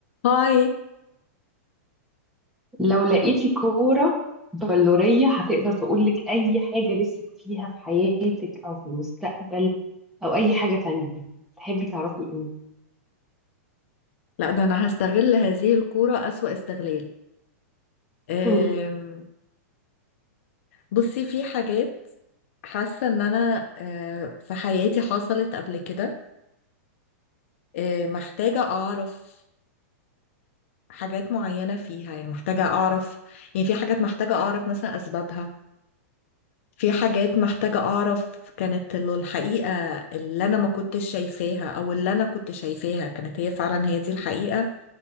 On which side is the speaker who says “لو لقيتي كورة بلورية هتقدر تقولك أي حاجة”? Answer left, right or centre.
Centre